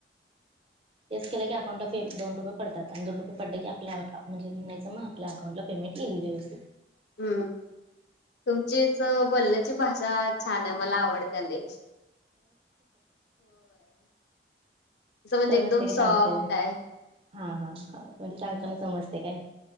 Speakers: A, on the right (about 30°); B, on the left (about 70°).
A: येस केलं की अकाउंटला पे दो रुपये पडतात आणि दोन रुपे पडले की आपणजे म्हणायचंग आप अकाउंटला पेमेंटल्ली देवस
B: हम्म तुमचीच बोलण्याची भाषा छान आहे मला आवडतेला असं म्हणजे
A: समजते
B: एकदम
A: का सांगते
B: सॉफ्ट
A: ना
B: आहे
A: हा हा हा म्हणजे सांगताना समजते काय